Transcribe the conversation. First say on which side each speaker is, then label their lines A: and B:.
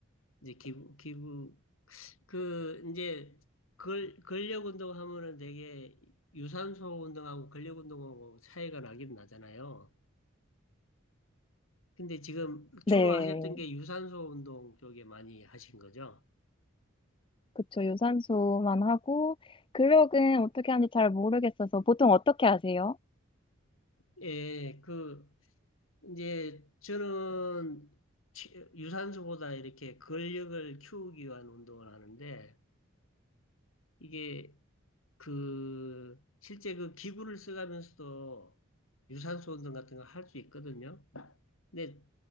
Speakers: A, on the left; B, on the left.
A: 이제 기부, 기부, 그, 이제, 걸, 근력 운동하면은 되게 유산소 운동하고 근력 운동하고 차이가 나긴 나잖아요. 근데 지금 주로
B: 네.
A: 하셨던 게 유산소 운동 쪽에 많이 하신 거죠?
B: 그쵸, 유산소만 하고, 근력은 어떻게 하는지 잘 모르겠어서, 보통 어떻게 하세요?
A: 예, 그, 이제 저는 치- 유산소보다 이렇게 근력을 키우기 위한 운동을 하는데 이게 그 실제 그 기구를 써가면서도 유산소 운동 같은 거 할 수 있거든요. 근데